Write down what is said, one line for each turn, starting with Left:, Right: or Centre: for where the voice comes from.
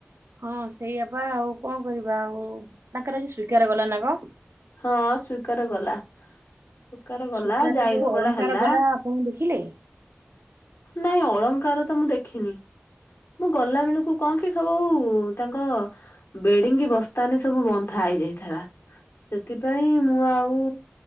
Right: ହଁ ସେଇଆପା ଆଉ କଁ କରିବା ଆଉ ତାଙ୍କର ଆଜି ସ୍ୱୀକାର ଗଲା ନା କଁ
Left: ହଁ ସ୍ୱୀକାର ଗଲା ସୁକାର ଗଲା
Right: ସ୍ଵୀକାର
Left: ଜାଇରଗଡ଼ା
Right: ଯୋଉ ଅଳଙ୍କାର
Left: ହେଲା
Right: ଗଲା ଆପଣ ଦେଖିଲେ?
Left: ନାଇଁ ଅ ଅଙ୍କାର ତ ମୁଁ ଦେଖିନି ମୁଁ ଗଲା ବେଳକୁ କନ୍ କି ସବୁ ତାଙ୍କ ବେଡ଼ିଙ୍ଗି ବସ୍ତାନି ସବୁ ବନ୍ଧା ଏଇଯାଇଥେଲା ସେଥିପାଇଁ ମୁଁ ଆଉ